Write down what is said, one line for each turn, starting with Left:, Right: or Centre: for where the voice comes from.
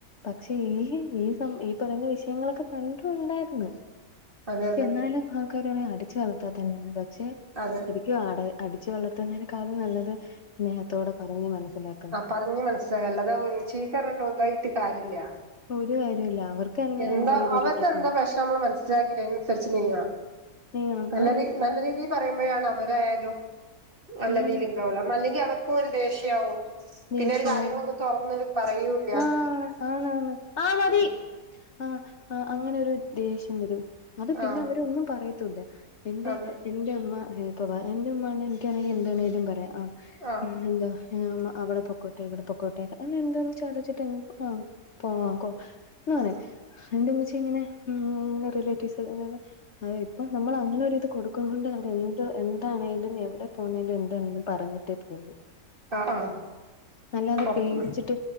Left: പക്ഷെ ഈ ഈ സം ഈ പറയുന്ന വിഷയങ്ങളൊക്കെ പണ്ടും ഉണ്ടായിരുന്നു.
Right: അതെ അതെ
Left: എന്നാലും ആൾക്കാര് പറയും അടിച്ചു വളർത്താത്തന്റെ തന്നെയാണ്, പക്ഷെ.
Right: അതെ
Left: <unintelligible> അടിച്ചു വളർത്തുന്നതിനേക്കാളും നല്ലത് സ്നേഹത്തോടെ പറഞ്ഞ മനസ്സിലാക്കാം.
Right: പറഞ്ഞു മനസ്സ് സ്വയം അല്ലാതെ ഒരു ചീത്ത പറഞ്ഞിട്ട് ഒന്നായിട്ട് കാര്യയില്ല.
Left: ഒരു കാര്യവുല്ല അവർക്ക് തന്നെ
Right: എന്താ
Left: നമ്മളോട്
Right: അവർക്ക്
Left: ഒരു ദേഷ്യം
Right: എന്താ
Left: വരും
Right: പ്രശ്നം നമ്മൾ മനസ്സിലാക്കിട്ട് അതിനനുസരിച്ച് നീങ്ങാ.
Left: നീ
Right: നല്ലത്
Left: ആന്ന്
Right: നല്ല രീതിയിൽ പറയുമ്പോഴാണ്. അവരായാലും നല്ല
Left: ആഹ്
Right: രീതിയിൽ നിക്കാവുള്ള അല്ലെങ്കിൽ അവർക്കും ഒരു ദേഷ്യയാവും. പിന്നെ
Left: ദേഷ്യയാവും
Right: ഒരു കാര്യങ്ങളൊന്നും തുറന്ന് പറയൂല്ല
Left: ആഹ് ആണണ് ആഹ് മതി.
Right: ഉം
Left: ആഹ് ആഹ് അങ്ങനെ ഒരു ദേഷ്യം വരും അത് പിന്നെ
Right: ആഹ്
Left: അവരൊന്നും പറയത്തുല്ല. എന്റെ
Right: അതെ
Left: എന്റെ ഉമ്മ ഇനിയിപ്പോ എന്റെ ഉമ്മ ഉണ്ടേൽ എനിക്കറിയാം എന്തു വേണേലും പറയാം ആഹ്.
Right: ആഹ്
Left: ഉം എന്താ എന്റെ ഉമ്മ. അവിടെ പൊക്കോട്ടെ ഇവിടെ പൊക്കോട്ടെ അങ്ങനെ എന്തുവാന്ന് ആലോചിച്ചിട്ട് ആഹ് പോയ്ക്കോ. എന്നുപറയും
Right: ഉം
Left: എന്റെ ഉമ്മച്ചി ഇങ്ങനെ ഉം റിലേറ്റീവ്സ് ഇങ്ങനെ. അത് ഇപ്പൊ നമ്മൾ അങ്ങനെ ഇത് കൊടുക്കുന്നത് കൊണ്ട് അവര് എന്ത് എന്താണേലും എവിടെ പോണേലും എന്താണേലും. പറഞ്ഞിട്ടേ പോകു.
Right: ആഹ്
Left: അല്ലാതെ
Right: ഒപ്പ്
Left: പേടിച്ചിട്ട്